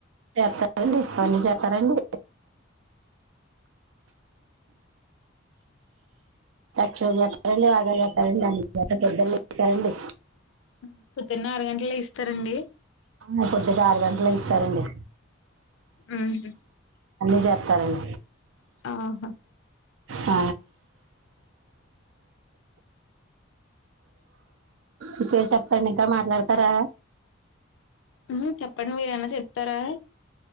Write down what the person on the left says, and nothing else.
అ పొద్దున్న ఆరు గంటలకి లేస్తారండి
మ్మ్
హ్మ్
ఆహా
మ్మ్ చెప్పండి మీరు ఏమన్నా చెప్తారా